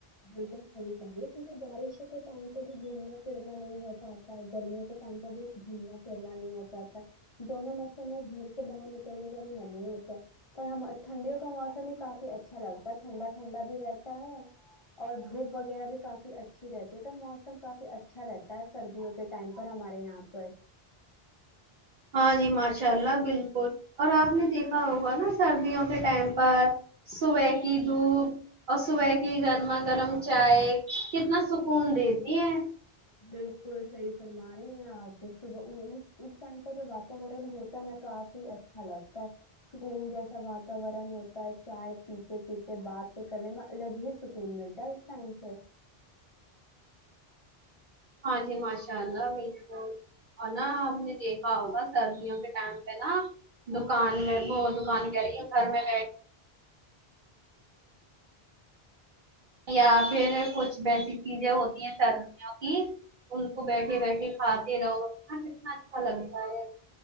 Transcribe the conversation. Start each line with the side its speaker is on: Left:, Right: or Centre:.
Left: بالکل صحیح کہہ رہی ہے کیونکہ بارشوں کے ٹائم پہ بھی گھومنا پھرنا نہیں ہوتا گرمی ہو تو ٹائم پہ بھی گھومنا پھرنا نہیں ہو پاتا دونوں موسم میں گھر سے باہر نکلنے کا بھی من ہی نہیں ہوتا ہے پر ہم ٹھنڈیوں کا موسم ہی کافی اچھا لگتا ہے ٹھنڈا ٹھنڈا بھی رہتا ہے اور دھوپ وغیرہ بھی کافی اچھی رہتی ہے تو موسم کافی اچھا رہتا ہے سردیوں کے ٹائم پر ہمارے یہاں پر
Right: ہاں جی ماشاء اللہ بالکل اور آپ نے دیکھا ہوگا نا سردیوں کے ٹائم پر صبح کی دھوپ اور صبح کی گرما گرم چائے کتنا سکون دیتی ہے
Left: بالکل صحیح فرما رہے ہیں آپ صبح اس ٹائم کا جو واتاورن ہوتا ہے نا تو آپ بھی اچھا لگتا ہے سکون جیسا واتاورن ہوتا ہے چائے پیتے پیتے باتیں کرنے میں الگ ہی سکون ملتا ہے اس ٹائم سے
Right: ہاں جی ماشاء اللہ بالکل اور نا آپ نے دیکھا ہوگا سردیوں کے ٹائم پہ نا دکان میں وہ دکان کہہ رہی ہے گھر میں بیٹھ یا پھر کچھ بیسک چیزیں ہوتی ہیں سردیوں کی ان کو بیٹھے بیٹھے کھاتے رہو یہاں کتنا اچھا لگتا ہے